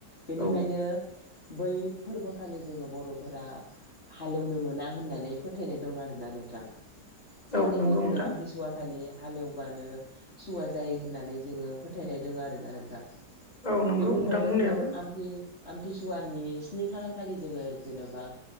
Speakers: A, on the left (about 35°); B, on the left (about 20°).
A: बेनिखायनो
B: औ
A: बै फोरबोखालि जोङो बर'फोरा हालएवनो मोना होनना नै फोथायनाय दं आरोना नोंथां साननैखौ
B: औ नंगौ
A: जोङो
B: नोंथां
A: आमथिसुवा खालि हालएवबानो सुवा जायो होननानै जोङो फोथायनाय दों आरो ना नोंथां
B: औ नंगौ
A: बेनि
B: नोंथां
A: उनावहाय
B: बुंनायाबो
A: जोङो आमथि आमथिसुवानि स्नि खालार खालि जोङो जेन'बा